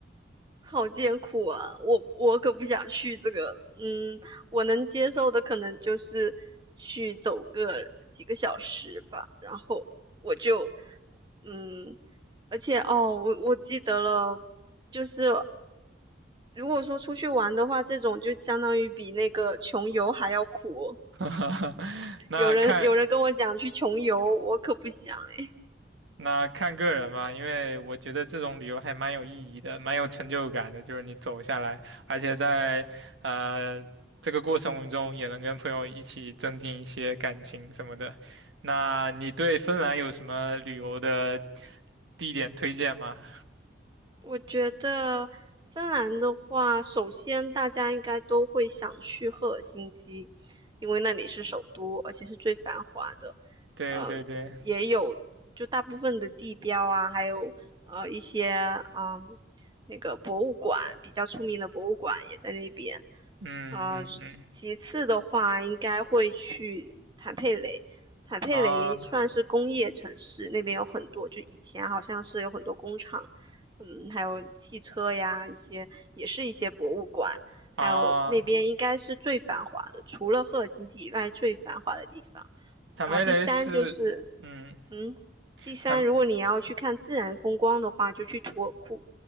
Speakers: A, on the right; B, on the right.
A: 好艰苦啊！我我可不想去这个，嗯，我能接受的可能就是去走个几个小时吧，然后我就，嗯，而且哦，我我记得了，就是如果说出去玩的话，这种就相当于比那个穷游还要苦。
B: <laughs> 那看
A: 有人有人跟我讲去穷游，我可不想哎。
B: 那看个人吧，因为我觉得这种旅游还蛮有意义的，蛮有成就感的，就是你走下来，而且在呃这个过程中也能跟朋友一起增进一些感情什么的。那你对芬兰有什么旅游的地点推荐吗？
A: 我觉得芬兰的话，首先大家应该都会想去赫尔辛基，因为那里是首都，而且是最繁华的。
B: 对对对，
A: 嗯、也有就大部分的地标啊，还有呃一些嗯那个博物馆比较出名的博物馆也在那边。
B: 嗯嗯嗯，
A: 呃，其次的话，应该会去坦佩雷。坦佩雷算是工业城市，
B: 啊
A: 那边有很多，就以前好像是有很多工厂嗯，还有汽车呀，一些也是一些博物馆，还有那边应该是最繁华的，
B: 啊，
A: 除了赫尔辛基以外最繁华的地方。
B: 坦梅雷是，
A: 然后第三就是，
B: 嗯。
A: 嗯，第三，
B: 坦
A: 如果你要去看自然风光的话，就去图尔库，